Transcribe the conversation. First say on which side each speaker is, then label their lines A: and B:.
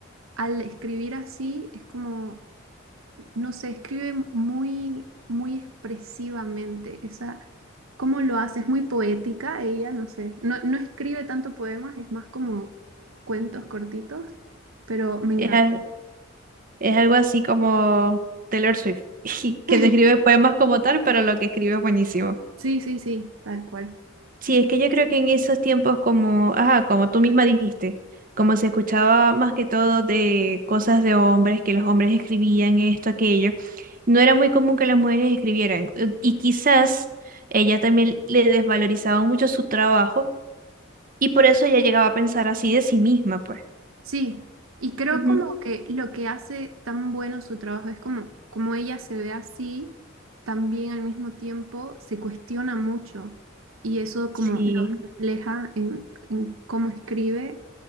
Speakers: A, on the right; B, on the right.
A: al escribir así es como no se escribe muy, muy expresivamente. Esa, ¿cómo lo hace? Es muy poética ella, no sé. No, no escribe tanto poemas, es más como cuentos cortitos, pero me encanta.
B: es, al- es algo así como Taylor Swift, <laughs> que
A: <laughs>
B: no escribe poemas como tal, pero lo que escribe es buenísimo.
A: Sí, sí, sí, tal cual.
B: Sí, es que yo creo que en esos tiempos como, ajá, como tú misma dijiste, como se escuchaba más que todo de cosas de hombres, que los hombres escribían esto, aquello, no era muy común que las mujeres escribieran. eh, Y quizás ella también le desvalorizaba mucho su trabajo y por eso ella llegaba a pensar así de sí misma, pues.
A: Sí, y creo
B: Ujú,
A: como que lo que hace tan bueno su trabajo es como, como ella se ve así, también al mismo tiempo se cuestiona mucho y eso como
B: Sí.
A: lo refleja en, en cómo escribe